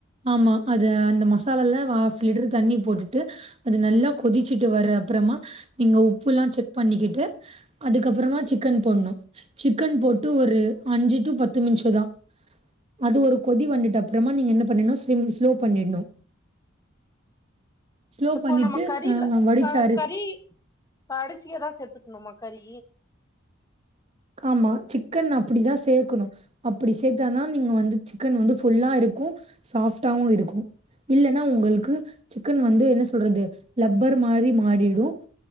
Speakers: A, on the right; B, on the left.
A: ஆமா அது அந்த மசாலல்ல ஆஃப் லிட்ரு தண்ணி போட்டுட்டு அது நல்லா கொதிச்சிட்டு வர்ற அப்புறமா நீங்க உப்புலா செக் பண்ணிகிட்டு அதுக்கப்புறமா சிக்கன் போட்ணு சிக்கன் போட்டு ஒரு அஞ்சு டு பத்து மின்ஷதா அது ஒரு கொதி வன்டுட்டு அப்றமா நீங்க என்ன பண்ணனு ஸ்லிம் ஸ்லோ பண்ணிட்ணு ஸ்லோ
B: இப்போ
A: பண்ணிட்டு
B: நம்ம கறில
A: அ வடிச்ச
B: க
A: அரிசி
B: கறி கடைசியா தா சேத்துக்குணுமா கறி
A: க் ஆமா சிக்கன் அப்பிடிதா சேக்குணு அப்புடி சேத்தாதா நீங்க வந்து சிக்கன் வந்து ஃபுல்லா இருக்கூ சாஃப்ட்டாவு இருக்கூ இல்லன்னா உங்களுக்கு சிக்கன் வந்து என்ன சொல்றது லப்பர் மாரி மாடிடு